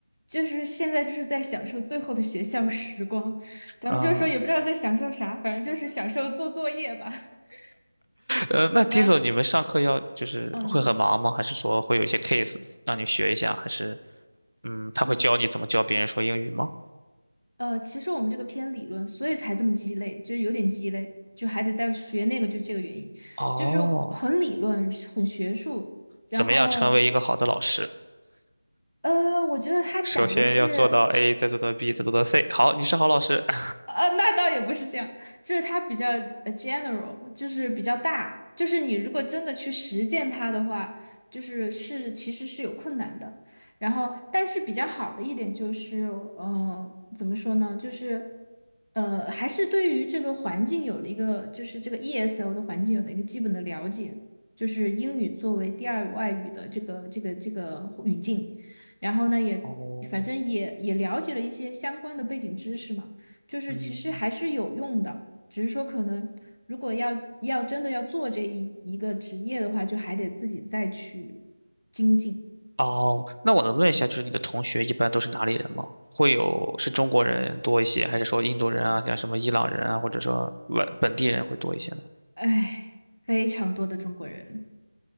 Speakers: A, on the left; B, on the right.
A: 就是现在就是在享受最后的学校时光，咱们就是说也不知道在享受啥，
B: 啊、
A: 反正就是享受做作业吧。<laughs>
B: 呃，那
A: 你呢？
B: Tiso 你们上课要就是会很忙吗？
A: 嗯，你说，
B: 还是说会有一些 case 让你学一下？还是嗯，他会教你怎么教别人说英语吗？
A: 嗯，呃，其实我们这个偏理论，所以才这么鸡肋，就是有点鸡肋，就还得再学那个，就这个原因，
B: 哦，
A: 就是很理论，很学术。然后，
B: 怎么样成为一个好的老师？
A: 呃，我觉得他讲的是。
B: 首先要做到 A，再做到 B，再做到 C。好，你是好老师。<laughs>
A: 呃，那倒也不是这样，就是它比较呃 general，就是比较大，就是你如果真的去实践它的话，就是是其实是有困难的。然后，但是比较好的一点就是，呃，怎么说呢？就是，呃，还是对于这个环境有了一个，就是这个 ESL 的环境有了一个基本的了解，就是英语作为第二外语的这个这个这个语境。然后呢，也反正也也了解了一些相关的背景知识嘛。
B: 哦，
A: 就是其实还是有用的，
B: 嗯，
A: 只是说可能如果要要真的要做这一一个职业的话，就还得自己再去精进。
B: 哦，那我能问一下，就是你的同学一般都是哪里人吗？会有是中国人多一些，还是说印度人啊，像什么伊朗人啊，或者说本本地人会多一些呢？
A: 唉，非常多的中国人，